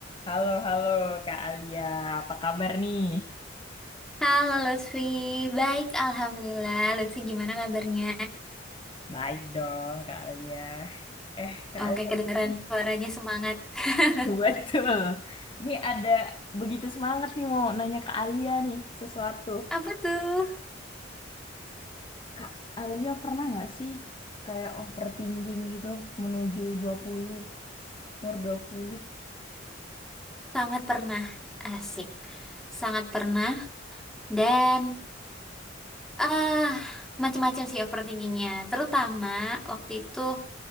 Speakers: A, on the left (about 25°); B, in the centre.
A: Halo, halo Kak Alia. Apa kabar nih?
B: Halo Lutfi, baik Alhamdulillah. Lutfi gimana kabarnya?
A: Baik dong Kak Alia. Eh Kak
B: Oke,
A: Alia,
B: kedengeran
A: tapi
B: suaranya semangat. <laughs>
A: <laughs> betul. Ini ada begitu semangat nih mau nanya Kak Alia nih sesuatu.
B: Apa tuh?
A: Kak Alia pernah nggak sih kayak overthinking gitu menuju 20 umur 20?
B: Sangat pernah, asik. Sangat pernah dan ah macam-macam sih overthinkingnya. Terutama waktu itu